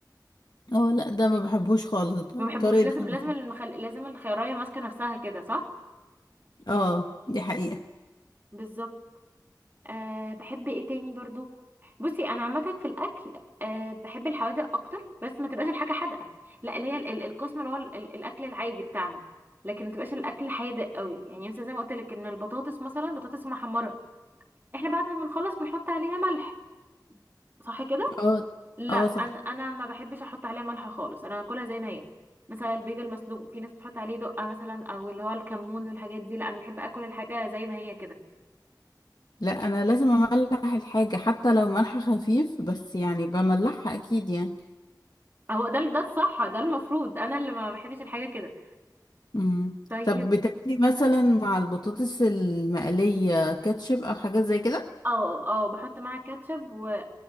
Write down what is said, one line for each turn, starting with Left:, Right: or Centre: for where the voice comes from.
Left: اه لا ده ما بحبوش خالص ده
Right: ما
Left: الطريقة
Right: بحبوش لازم
Left: ده
Right: لازم
Left: لأ.
Right: المخل... لازم الخيارية ماسكه نفسها كده صح
Left: اه دي حقيقة
Right: بالظبط أه بحب ايه تاني برضو بصي انا عامه في الاكل أه بحب الحوادق اكتر بس ما تبقاش الحاجه حادقه لا اللي هي ال- ال- القسم اللي هو ال- ال- الاكل العادي بتاعنا لكن ما تبقاش الاكل حادق قوي يعني مثلا زي ما قلت لك ان البطاطس مثلا بطاطس محمره احنا بعد ما بنخلص بنحط عليها ملح صح كده
Left: اه
Right: لا
Left: اه
Right: انا
Left: صح
Right: انا ما بحبش احط عليها ملح خالص انا باكلها زي ما هي مثلا البيض المسلوق في ناس بتحط عليه دقه مثلا او اللي هو الكمون والحاجات دي لا انا بحب اكل الحاجه زي ما هي كده
Left: لا انا لازم املح الحاجة حتى لو ملح خفيف بس يعني بملحها اكيد يعني
Right: اهو ده ده الصح ده المفروض انا اللي ما بحبش الحاجه كده
Left: مم.
Right: طيب
Left: طب بتاكلي مثلا مع البطاطس المقلية كاتشب او حاجات زي كده
Right: اه اه بحط معاها كاتشب و...